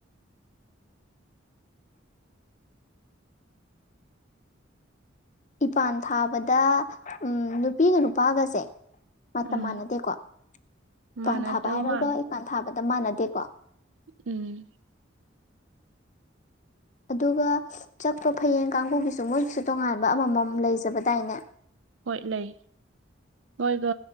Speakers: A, on the left (about 40°); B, on the right (about 75°).
A: ꯏꯄꯥꯟ ꯊꯥꯕꯗ ꯎꯝ ꯅꯨꯄꯤꯒ ꯅꯨꯄꯥꯒꯁꯦ ꯃꯇꯝ
B: ꯎꯝ
A: ꯃꯥꯟꯅꯗꯦꯀꯣ ꯏꯄꯥꯟ
B: ꯃꯥꯟꯅꯗꯕ
A: ꯊꯥꯕ ꯍꯥꯏꯔꯒ
B: ꯃꯥꯜꯂꯦ
A: ꯏꯄꯥꯟ ꯊꯥꯕꯗ ꯃꯥꯟꯅꯗꯦꯀꯣ
B: ꯎꯝ
A: ꯑꯗꯨꯒ ꯆꯛꯄ ꯐꯌꯦꯡ ꯀꯥꯡꯕꯨꯒꯤꯁꯨ ꯃꯣꯏꯒꯤꯁꯨ ꯇꯣꯉꯥꯟꯕ ꯑꯃꯃꯝ ꯂꯩꯖꯕꯗꯥꯏꯅꯦ
B: ꯍꯣꯏ ꯂꯩ ꯃꯣꯏꯒ